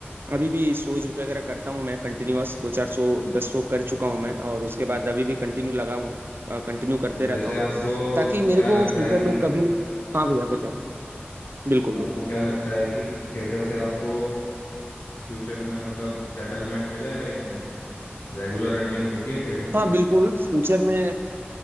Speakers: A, on the right; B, on the left.
A: अभी भी सोच वगैरह करता हूँ मैं कंटिन्यूअस दो चार सौ दस सौ कर चुका हूँ मैं और उसके बाद अभी भी कंटिन्यू लगा हूँ कंटिन्यू करते
B: तो
A: रहता
B: जैसे
A: हूँ
B: आपको
A: ताकि मेरे
B: क्या लगता
A: को फ्यूचर
B: है कि
A: में कभी हाँ भैया बताइए बिल्कुल
B: आपको
A: बिल्कुल
B: क्या लगता है कि थिएटर से आपको फ्यूचर में मतलब सेटलमेंट हो जाएगा एकदम रेगुलर अर्निंग होती है थिएटर
A: हाँ
B: में
A: बिल्कुल फ्यूचर में